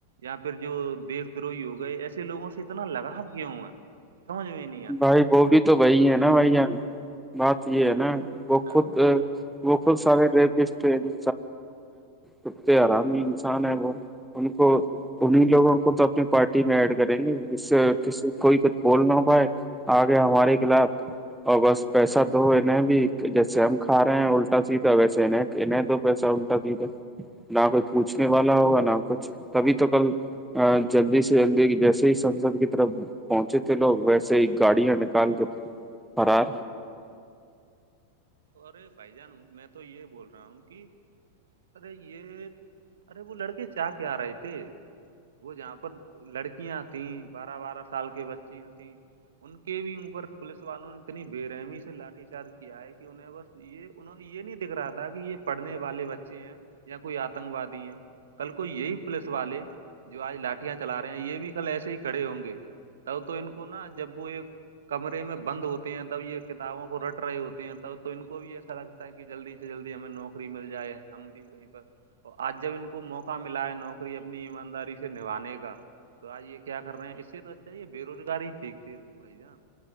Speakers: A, on the right; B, in the centre.
A: یا پھر جو دیش دروہ ہو گئے ایسے لوگوں سے اتنا لگاؤ کیا ہوا ہے سجھ میںئی ن
B: بھائی وہ بھی تو وہی ہے نا بھائیان بات یہ ہے نا وہ
A: ہاں
B: خود وہ خود سارے ری ےئے سبتے آرامی انسان ہے وہ ان کو انیں لوگوں کو تو اپنی پارٹی میں ایڈ کریں گے ج سے کسی کوئی کچھ بول نہ ہو پائے آگے ہمارے کلاف اور بس پیسہ دو انہیں بھی جیسے ہم کھا رہے ہیں الٹا سیدھا ویسے انہیں کہنے تو پیسہ الٹا سھا نہ کچھ پوچھنے والا ہوگا نہ کچھ تبھی تو کل جلدی سے جلدی جیسے ہی سسد کی طرف پہنچے تھے لوگ ویسے ہی گاڑیاں نکال کے فرار
A: ارے بھائی جان میں تو یہ بول رہا ہوں کہ ارے یہ ارے وہ لڑکے چاہ کے آ رہے تھے وہ جہاں پر لڑکیاں تھیں بارہ بارہ سال کے بچی تھیں ان کے بھی اوپر پولیس والوں نے اتنی بےرحمی سے لاٹھی چارج کیا ہے کہ انہیں بس یہ انہ یہ نہیں دکھ رہا تھا کہ یہ پڑھنے والے بچے ہیں یا کوئی آتنک وادی ہے کل کو یہی پولیس والے جو آج لاٹیاں چلا رہے ہیں یہ بھی کل ایسے ہی کھڑے ہوں گے تب تو ان کو نا جب وہ ایک کمرے میں بند ہوتے ہیں تب یہ کتابوں کو رٹ رہے ہوتے ہیں تو ان کو بھی ایسا لگتا ہے کہ جلدی سے جلدی ہمیں نوکری مل جائے ہم بھی کہیں پر آج جب ان کو موقع ملا ہے نوکری اپنی ایمانداری سے نھانے کا تو آج یہ کیا کر رہے ہیں اس سے تو اچھا یہ بے روزگاری ہی دیکھتے بھائی جان